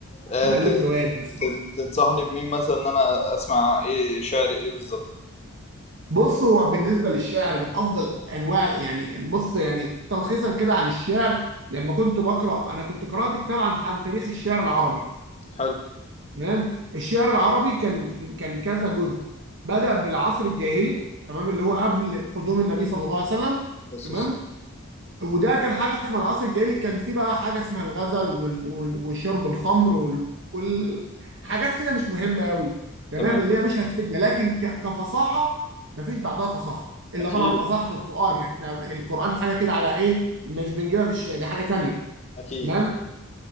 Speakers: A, on the left (about 30°); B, on the right (about 55°).
A: آه،
B: بألف
A: ت...
B: روايات بس
A: تن- تنصحني بمين مثلا ان انا اسمع ايه شعر ايه بالظبط
B: بص هو بالنسبة للشعر من أفضل أنواع يعني بص يعني تلخيصا كده عن الشعر لما كنت بقرأ أنا كنت قرأت كتاب عن عن تاريخ الشعر العربي
A: حلو
B: تمام الشعر العربي كان كان كذا جزء بدأ بالعصر الجاهلي تمام اللي هو قبل قدوم النبي صلى الله عليه وسلم
A: بس
B: تمام
A: السلام
B: وده كان حاجه اسمها العصر الجاهلي كان في بقى حاجه اسمها الغزل وال... وال... وشرب الخمر وال... وال... حاجات كده مش مهمه قوي تمام
A: تمام
B: اللي هي مش هتفيدنا لكن ك... كفصاحه مفيش بعدها فصاحه الا
A: اكيد
B: طبعا فصاحه القران يعني احنا القران حاجه كده على ايه مش بنجيبها في الش... دي حاجه تانيه
A: اكيد
B: تمام